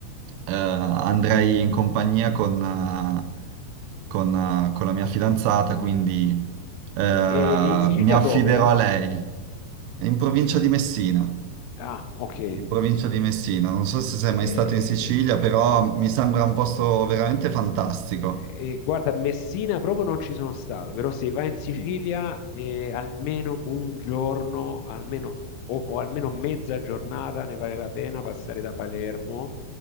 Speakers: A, on the right; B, on the left.
A: eh, andrei in compagnia con, eh, con, eh, con la mia fidanzata, quindi eh,
B: E, e in Sicilia
A: mi affiderò
B: dove?
A: a lei. È in provincia di Messina
B: Ah, ok.
A: in provincia di Messina. Non so se sei
B: E-
A: mai stato in Sicilia, però mi sembra un posto veramente fantastico.
B: Eh, guarda, a Messina proprio non ci sono stato, però se vai in Sicilia eh, almeno un giorno, almeno, o, o almeno mezza giornata ne vale la pena passare da Palermo